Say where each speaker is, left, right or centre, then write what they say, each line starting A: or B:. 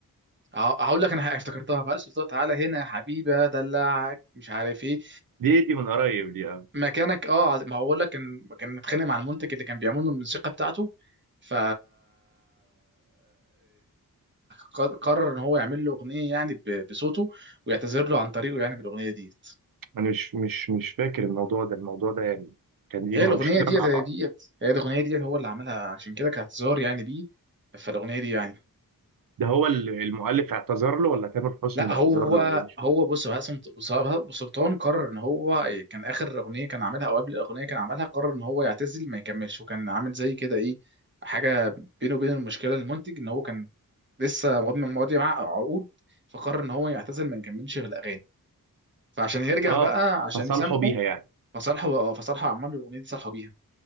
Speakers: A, on the right (about 30°); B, on the right (about 70°).
A: ه- هقول لك انا افتكرتها بقى سلطان تعالى هنا يا حبيبي ادلعك مش عارف ايه
B: دي دي من قريب دي اه
A: مكانك اه عز- ما هو بقول لك كان كان متخانق مع المنتج اللي كان بيعمل له الموسيقى بتاعته ف قر- قرر ان هو يعمل له اغنيه يعني ب- بصوته ويعتذر له عن طريقه يعني بالاغنيه ديت
B: انا مش مش مش فاكر الموضوع ده الموضوع ده يعني كان دي
A: هي
B: مشكله
A: الاغنيه ديت
B: مع
A: هي
B: بعض
A: ديت هي الاغنيه ديت هو اللي عملها عشان كده كاعتذار يعني بيه فالاغنيه دي يعني
B: ده هو ال- المؤلف اعتذر له ولا تامر حسني
A: لا
B: اللي
A: هو
B: اعتذر له ولا ايه مش فاكر
A: هو بص بقى سلط- بص- بقى سلطان قرر ان هو كان اخر اغنيه كان عاملها او قبل الاغنيه كان عاملها قرر ان هو يعتزل ما يكملش وكان عامل زي كده ايه حاجه بينه وبين المشكله المنتج ان هو كان لسه مضم- ماضي معاه عقود فقرر ان هو يعتزل ما يكملش في الاغاني فعشان يرجع
B: اه
A: بقى عشان
B: فصالحوا
A: يسامحه
B: بيها يعني
A: فصالحه فصالحه عمل الاغنيه دي صالحه بيها